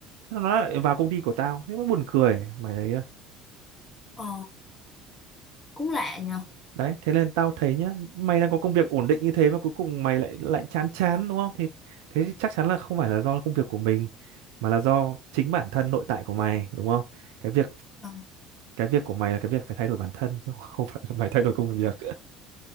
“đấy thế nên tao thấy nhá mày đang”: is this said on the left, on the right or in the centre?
Right